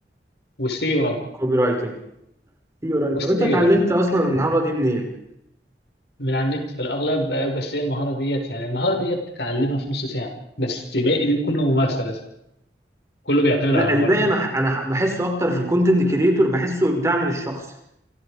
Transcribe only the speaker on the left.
والسيو رايت
والسيو
برضه
من على النت في الأغلب آه، بس هي المهارة ديت يعني المهارة ديت تتعلمها في نص ساعة بس باقي دي كله ممارسة بس كله بيعتمد
على الممارسة